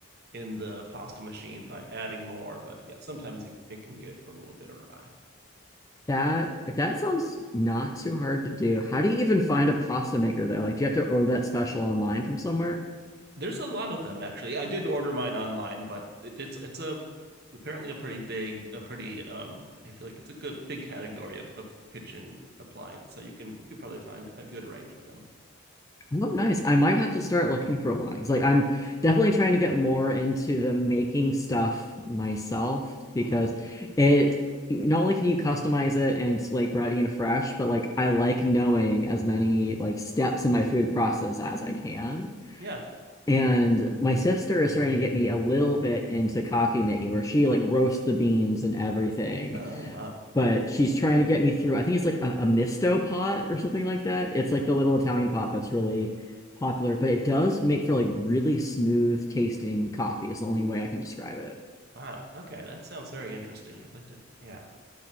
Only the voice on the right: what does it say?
in the pasta machine by adding more, but yeah, sometimes it, it can get a little bit awry.
There's a lot of them actually. I did order mine online, but it, it's it's a apparently a pretty big a pretty um I feel like it's a good big category of, of kitchen appliance. So you can you could probably find a good range of them.
hmm
Yeah.
Oh wow.
Wow. Okay, that sounds very interesting. I'd like to yeah,